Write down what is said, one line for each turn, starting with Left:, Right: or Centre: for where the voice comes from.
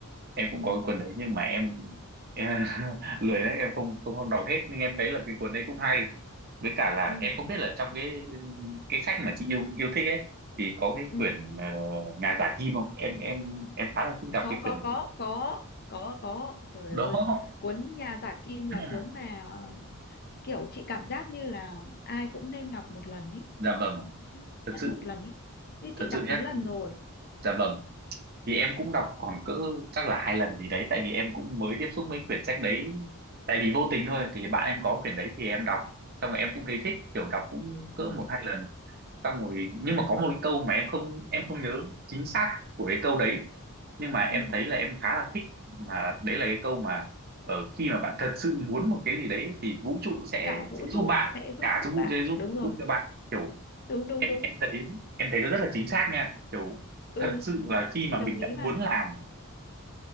Right: em cũng
Left: Ừ,
Right: có cái cuốn đấy nhưng mà em, em <laughs> lười đấy em không không không đọc hết nhưng em thấy là cái cuốn đấy cũng hay với cả là
Left: ừ,
Right: em không biết là trong cái cái sách mà chị yêu yêu thích ấy thì có cái
Left: ừ.
Right: quyển ờ, nhà giả kim không em em em khá là thích đọc
Left: Có,
Right: cái quyển
Left: có,
Right: đấy
Left: có, có, có, có. Trời
Right: đó
Left: ơi, cuốn Nhà giả kim là
Right: <clears throat>
Left: cuốn mà ờ, kiểu chị cảm giác như là ai cũng nên đọc một lần ý.
Right: dạ vâng
Left: Ít
Right: thật
Left: nhất
Right: sự
Left: một lần ý. Như
Right: thật
Left: chị đọc
Right: sự nhé
Left: mấy lần rồi.
Right: dạ vâng thì em cũng đọc khoảng cỡ chắc là hai lần gì đấy tại vì em cũng mới tiếp
Left: Ừ,
Right: xúc mấy quyển sách đấy tại vì vô tình thôi thì bạn em có quyển đấy thì em đọc xong rồi em cũng thấy thích kiểu đọc cũng
Left: ừ.
Right: cỡ một hai lần xong rồi nhưng mà có một cái câu mà em không em không nhớ chính xác của cái câu đấy nhưng mà em
Left: ừ.
Right: thấy là em khá là thích mà đấy là cái câu mà ở khi mà bạn thật sự muốn một cái gì đấy thì vũ trụ sẽ
Left: Cả vũ
Right: sẽ giúp
Left: trụ
Right: bạn
Left: sẽ giúp
Right: cả
Left: sức
Right: vũ trụ
Left: bạn.
Right: sẽ giúp
Left: Đúng rồi,
Right: giúp cho bạn kiểu
Left: đúng, đúng,
Right: em
Left: đúng.
Right: em thấy em thấy nó rất là chính xác nha kiểu
Left: Ừ,
Right: thật sự là khi
Left: chị
Right: mà
Left: đồng
Right: mình
Left: ý
Right: đã muốn
Left: mà.
Right: làm